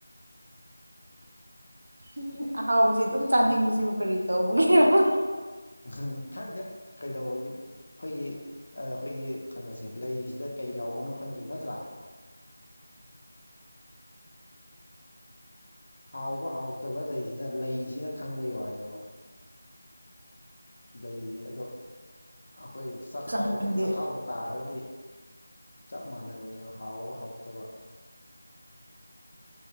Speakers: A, on the right (about 50°); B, on the left (about 35°).
A: ꯎꯝ ꯑꯍꯥꯎꯕꯁꯤ ꯑꯗꯨꯝ ꯆꯥꯅꯤꯡꯕꯁꯤꯕꯨ ꯀꯔꯤ ꯇꯧꯕꯒꯤꯔꯣ
B: ꯎꯝ ꯈꯪꯗꯦ ꯀꯩꯗꯧꯕꯒꯤꯅ ꯑꯩꯈꯣꯏꯒꯤ ꯑ ꯑꯩꯈꯣꯏꯒꯤ ꯀꯩꯅꯣꯁꯦ ꯂꯩꯁꯤꯗ ꯀꯩ ꯌꯥꯎꯕꯅꯣ ꯈꯪꯗꯦ ꯅꯠꯇ꯭ꯔꯥ ꯍꯥꯎꯕ ꯍꯥꯎꯇꯕ ꯂꯩꯁꯤꯅ ꯂꯩꯁꯤꯅ ꯈꯪꯕꯩ ꯋꯥꯅꯦꯕ ꯂꯩꯖꯦ ꯑꯗꯣ ꯑꯩꯈꯣꯏ ꯆꯈꯥꯎꯗ
A: ꯆꯥꯅꯤꯡꯗꯦ
B: ꯆꯥꯛꯈꯥꯎꯗ ꯇꯥꯈ꯭ꯔꯗꯤ ꯆꯞ ꯃꯥꯟꯅꯕꯅꯦꯕ ꯍꯥꯎꯕ ꯍꯥꯎꯇꯕ